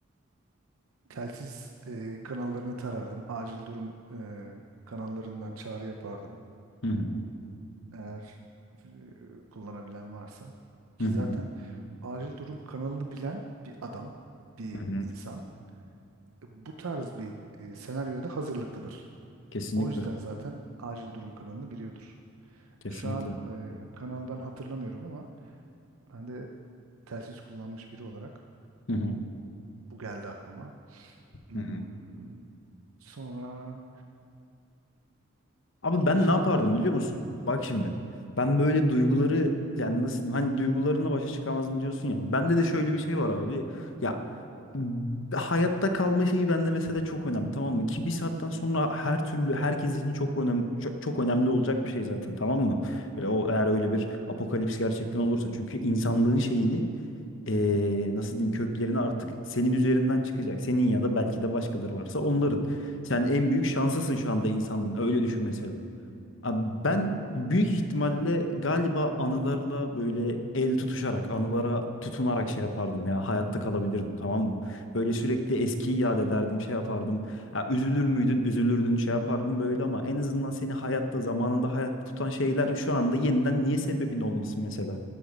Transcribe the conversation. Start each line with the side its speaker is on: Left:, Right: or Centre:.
Right: telsiz e, kanallarını tarardım. Acil durum e, kanallarından çağrı yapardım.
Left: Hı hı.
Right: Eğer e, kullanabilen varsa. Ki
Left: Hı hı.
Right: zaten acil durum kanalını bilen bir adam, bir
Left: Hı hı.
Right: insan e, bu tarz bir e, senaryoda hazırlıklıdır.
Left: Kesinlikle.
Right: O yüzden zaten acil durum kanalını biliyordur.
Left: Kesinlikle.
Right: E, Şu an e, kanal ben hatırlamıyorum ama ben de telsiz kullanmış biri olarak
Left: Hı hı.
Right: bu geldi aklıma. Hmm,
Left: Hı hı.
Right: sonra
Left: Abi
Right: konserveler
Left: ben ne yapardım biliyor musun? Bak şimdi. Ben böyle duyguları yani nasıl diyeyim hani duygularımla başa çıkamazdım diyorsun ya. Bende de şöyle bir şey var abi. Ya b- hayatta kalma şeyi bende mesela çok önemli tamam mı? Ki bir saatten sonra her türlü herkes için çok önemli çok, çok önemli olacak bir şey zaten tamam mı? Böyle o eğer öyle bir apokalips gerçekten olursa çünkü insanlığın şeyini eee, nasıl diyeyim köklerini artık senin üzerinden çıkacak. Senin ya da belki de başkaları varsa onların. Sen en büyük şanslısın şu anda insanlığın. Öyle düşün mesela. Abi ben büyük ihtimalle galiba anılarla böyle el tutuşarak, anılara tutunarak şey yapardım ya. Hayatta kalabilirdim tamam mı? Böyle sürekli eskiyi yad ederdim, şey yapardım. Ya üzülür müydün, üzülürdün, şey yapardım böyle ama en azından seni hayatta, zamanında hayatta tutan şeyler şu anda yeniden niye sebebin olmasın mesela?